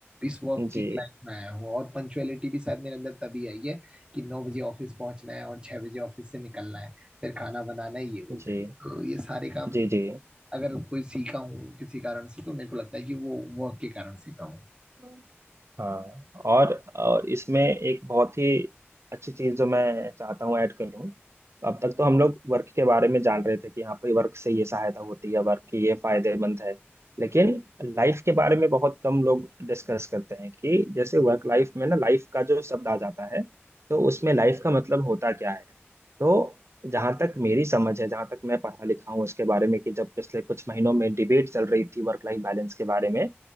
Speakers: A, on the right (about 20°); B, on the right (about 75°).
A: इस वर्किंग
B: जी
A: लाइफ में आया हूँ और पंचुअलिटी भी शायद मेरे अंदर तभी आई है कि नौ बजे ऑफिस पहुंचना है और छह बजे ऑफिस से निकलना है फिर खाना बनाना है ये वो
B: जी
A: तो ये सारे काम
B: जी
A: अगर कोई सीखा हूँ किसी कारण से तो मेरे को लगता है कि वो वर्क के कारण सीखा हूँ
B: जी हाँ और और इसमें एक बहुत ही अच्छी चीज़ जो मैं चाहता हूँ ऐड करूँ अब तक तो हम लोग वर्क के बारे में जान रहे थे कि हाँ भाई वर्क से ये सहायता होती है वर्क की ये फायदेमंद है लेकिन लाइफ के बारे में बहुत कम लोग डिस्कस करते हैं कि जैसे वर्क लाइफ में ना लाइफ का जो शब्द आ जाता है तो उसमें लाइफ का मतलब होता क्या है तो जहाँ तक मेरी समझ है जहाँ तक मैं पढ़ा लिखा हूँ उसके बारे में कि जब पिछले कुछ महीनों में डिबेट चल रही थी वर्क लाइफ बैलेंस के बारे में